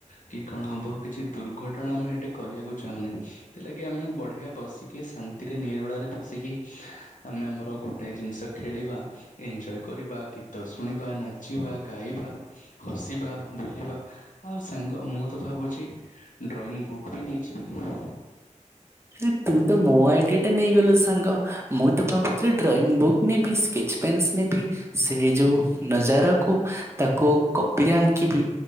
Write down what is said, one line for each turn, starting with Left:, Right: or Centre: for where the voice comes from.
Left: ତେବେ କଣ ହେବ? କିଛି ଦୁର୍ଘଟଣା ଆମେ ଏଠି କରିବାକୁ ଚାହୁଁନି। ସେଥିଲାଗି ଆମେ ବଢିଆ ବସିକି ଶାନ୍ତିରେ ନିରୋଳାରେ ବସିକି ଆମେ ଆମର ଗୋ ଜିନିଷ ଖେଳିବା ଏଞ୍ଜୟ କରିବା ଗୀତ ଶୁଣିବା ନା ଚିବା ଗାଇବା ହସିବା ବୁଲିବା ଆଉ ସାଙ୍ଗ ମୁଁ ତ ଭାବୁଛି ଡ୍ରଇଂ ବୁକ୍ ବି ନେଇଯିବି।
Right: ଆରେ ତୁ ତ ମୋ ଆଇଡିଆ ଟା ନେଇଗଲୁ ସାଙ୍ଗ। ମୁଁ ତ ଭାବୁଥିଲି ଡ୍ରଇଂ ବୁକ୍ ନେବି ସ୍କେଚ ପେନ୍ସ ନେବି ସେ ଯୋଉ ନଯାରାକୁ ତାକୁ କପି ରେ ଆଙ୍କିବି।